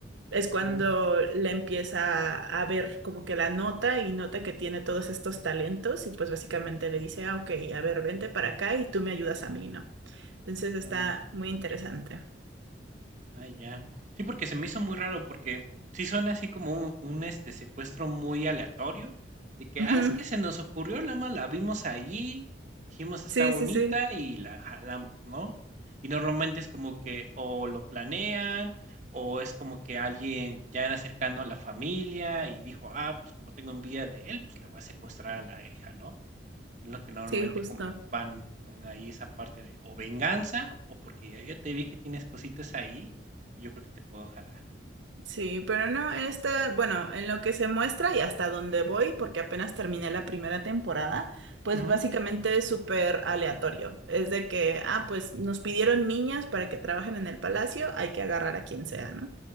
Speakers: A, on the right; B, on the right.
A: es cuando
B: ujú.
A: le empieza a ver como que la nota y nota que tiene todos estos talentos y pues básicamente le dice, ah, ok, a ver, vente para acá y tú me ayudas a mí, ¿no? Entonces está
B: Ah.
A: muy interesante.
B: Ah, ya. Sí, porque se me hizo muy raro, porque sí suena así como un, un, este secuestro muy aleatorio, de que,
A: Ujú.
B: ah, es que se nos ocurrió, la más la vimos allí, dijimos está
A: Sí,
B: bonita
A: sí, sí,
B: y la jalamos, ¿no? Y normalmente es como que o lo planean, o es como que alguien ya era cercano a la familia y dijo, ah, pues como tengo envidia de él, pues le voy a secuestrar a la hija, ¿no? Es Lo que normalmente
A: sí, justo.
B: como que van, eh, ahí esa parte de o venganza o porque ya ya te vi que tienes cositas ahí y yo creo que te puedo jalar.
A: Sí, pero no, esta, bueno, en lo que se muestra y hasta donde voy, porque apenas terminé la primera temporada, pues
B: Ujú.
A: básicamente es súper aleatorio. Es de que, ah, pues nos pidieron niñas para que trabajen en el palacio, hay que agarrar a quien sea, ¿no?